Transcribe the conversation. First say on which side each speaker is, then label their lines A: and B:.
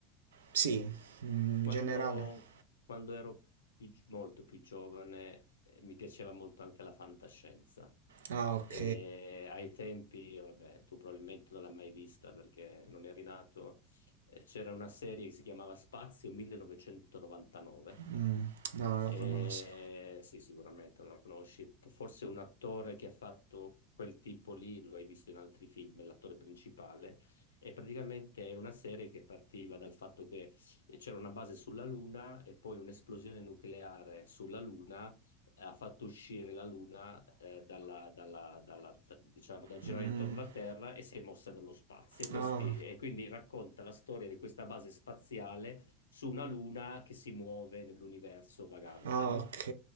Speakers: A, on the right; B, on the left.
A: sì, mm,
B: Quando,
A: in generale.
B: quando ero più gi- molto più giovane, eh, mi piaceva molto anche la fantascienza.
A: Ah,
B: E
A: ok.
B: ai tempi, vabbè, tu probabilmente non l'hai mai vista perché non eri nato, eh, c'era una serie che si chiamava Spazio 1999
A: Mm, no, non
B: Eh,
A: lo conosco.
B: sì, sicuramente non la conosci. Forse un attore che ha fatto quel tipo lì, lo hai visto in altri film, è l'attore principale. E praticamente è una serie che partiva dal fatto che c'era una base sulla Luna e poi un'esplosione nucleare sulla Luna eh, ha fatto uscire la Luna eh, dalla, dalla- dalla- diciamo, da girare
A: Mm, mm.
B: intorno alla Terra e si è mossa nello spazio. E, questi-
A: Ah.
B: e quindi racconta la storia di questa base spaziale su una luna che si muove nell'universo vagante,
A: Ah,
B: no?
A: ok.